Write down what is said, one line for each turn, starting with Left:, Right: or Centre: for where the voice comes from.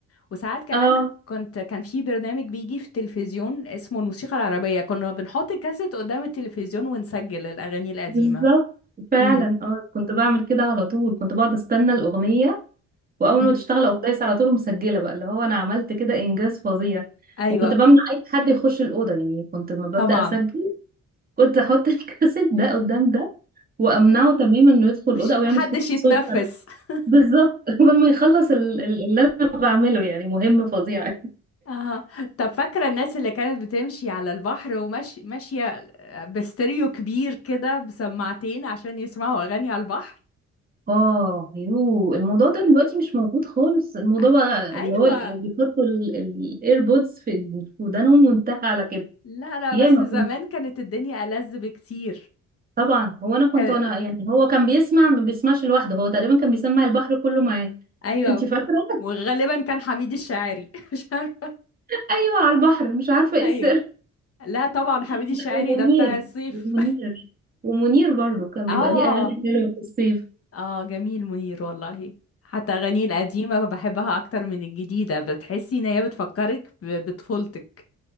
Left: وساعات كمان
Right: اه
Left: كنت كان في برنامج بيجي في التلفزيون اسمه الموسيقى العربية كنا بنحط الكاسيت قدام التلفزيون ونسجل الأغاني القديمة
Right: بالظبط فعلا
Left: امم
Right: اه كنت بعمل كده على طول كنت بقعد استنى الأغنية واول
Left: أمم.
Right: ما تشتغل اقوم دايسه على طول ومسجله بقى اللي هو انا عملت كده انجاز فظيع
Left: ايوه
Right: وكنت بمنع اي حد يخش الاوضه يعني كنت لما ببدا
Left: طبعا
Right: اسجل كنت احط <laughs> الكاسيت ده قدام ده وامنعه تماما انه يدخل
Left: مفيش-
Right: الاوضه او
Left: محدش
Right: يعمل
Left: يتنفس
Right: صوت حد.
Left: <laughs>
Right: بالظبط <laughs> قبل ما يخلص ال- ال- اللي انا بعمله يعني مهمه فظيعه
Left: اها طب فاكرة الناس اللي كانت بتمشي على البحر وماشية ماشية باستيريو كبير كده بسماعتين عشان يسمعوا أغاني على البحر
Right: اه يو الموضوع ده دلوقتي مش موجود خالص الموضوع
Left: أ-
Right: بقى اللي
Left: أيوة
Right: هو ال- بيحطوا الايربودز في في ودانهم وانتهى على كده
Left: لا لا
Right: ياما
Left: بس زمان كانت الدنيا ألذ بكتير
Right: طبعا هو انا كنت
Left: كان...
Right: وانا يعني هو كان بيسمع ما بيسمعش لوحده هو تقريبا كان بيسمع البحر كله معاه
Left: أيوة
Right: انت
Left: وك-
Right: فاكره <laughs>
Left: وغالبا كان حميد الشاعري <laughs> مش عارفة
Right: ايوه على البحر مش عارفه ايه
Left: أيوة
Right: السر
Left: لا طبعا حميد
Right: لا،
Left: الشاعري
Right: ومنير
Left: ده بتاع الصيف
Right: ومنير ومنير برضو
Left: <laughs>
Right: كان بيبقى
Left: اه
Right: ليه اغاني حلوه في الصيف
Left: اه جميل منير والله حتى أغانيه القديمة بحبها أكتر من الجديدة بتحسي إن هي بتفكرك ب- بطفولتك